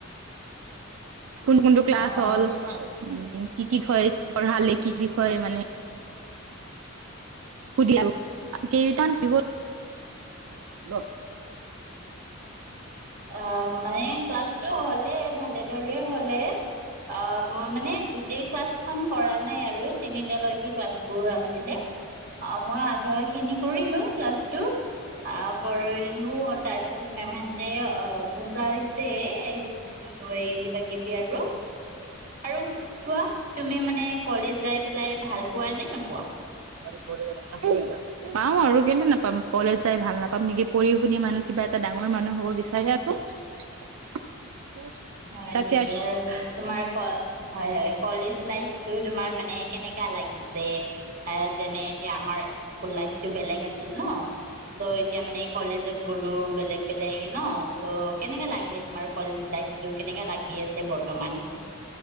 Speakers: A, on the right; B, on the right.
A: কোনটো কোনটো ক্লাছ
B: অ
A: হ'ল উম কি কি বিষয় পঢ়ালে কি বিষয় মানে <unintelligible> <inaudible>
B: অ মানে ক্লাছ হ'লে ভালে ধৰে হ'লে অ মই মানে গোটেই ক্লাছ প্ৰথম কৰা নাই আৰু তিনিটালৈকে ক্লাছ বোৰ আছিলে। অ মই আধা খিনি কৰিলো ক্লাছটো আহ কৰিলো তাৰ পাছত মেমহতে অ বুজাই ছে কি কয় কিবা কিবি আৰু। আৰু কোৱা তুমি মানে কলেজ যাই পেলাই ভাল পোৱা নে নোপোৱা?
A: <unintelligible> পাওঁ আৰু কেলে নাপাম কলেজ যাই ভাল নাপাম নেকি, পঢ়ি শুন মানুহ কিবা এটা ডাঙৰ মানুহ হ'ব বিচাৰে আকৌ।
B: <unintelligible>
A: <unintelligible>
B: হয়
A: তাতে
B: নেকি আৰু তোমাৰ ক হয় হয় কলেজ লাইফটো তোমাৰ মানে কেনেকা লাগিছে? এ যেনে এতিয়া আমাৰ স্কুল লাইফটো বেলেগ আছিল ন। চ' এতিয়া মানে কলেজত গ'লো বেলেগ বেলেগ ন চ' কেনেকে লাগিলে তোমাৰ কলেজত লাইফ? টো কেনেকে লাগি আছে বৰ্তমান?